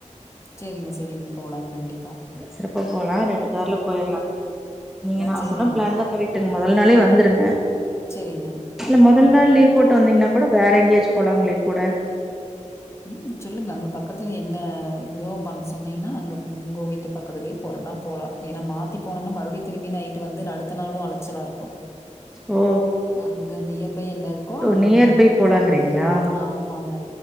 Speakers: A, on the left; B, in the centre.
A: செரிங்க செரிங்க போலாங் கண்டி
B: சிறப்பா போலாம் ரெண்டு கார்ல போயிர்லாங்க நீங்க
A: ஆ
B: நா
A: சரிங்க,
B: சொன்ன பிளான் தான் கரெக்ட்டுங்க முதல் நாளே வந்துருங்க
A: சரிங்க.
B: இல்ல முதல் நாள் லீவு போட்டு வந்தீங்கன்னா கூட வேற எங்கேயாச்சும் போலாங்களே கூட
A: உம் சொல்லுங்க அங்க பக்கத்துல என்ன ஏதோப்போ அங்க சொன்னீங்கன்னா அங்க உங்க வீட்டு பக்கத்துலயே போறேன்னா போகலாம் ஏன்னா மாத்தி போனோம்னா மறுபடியும் திரும்பி நைட்டு வந்து நடத்தனாலும் அலைச்சலா இருக்கும்
B: ஓ
A: அங்க நியர்பை என்ன இருக்கோ நம்ம
B: நியர்பை
A: அந்த மாரி போய்க்கலாம்.
B: போலாங்குறீங்களா
A: ஆமாங்க.